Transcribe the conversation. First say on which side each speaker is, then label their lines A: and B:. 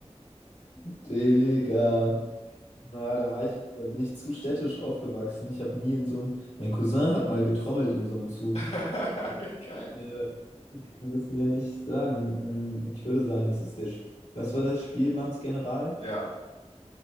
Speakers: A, on the left; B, on the left.
A: Digga. Na, da war ich, da bin ich zu städtisch aufgewachsen. Ich habe nie in so einem. Mein Cousin hat mal getrommelt in so einem Zug.
B: <laughs>
A: Aber,
B: Geil.
A: äh, ich kann das mir nicht sagen. Hm, Ich würde sagen, es ist der. Sp- Was war das? Spielmannsgeneral?
B: Ja,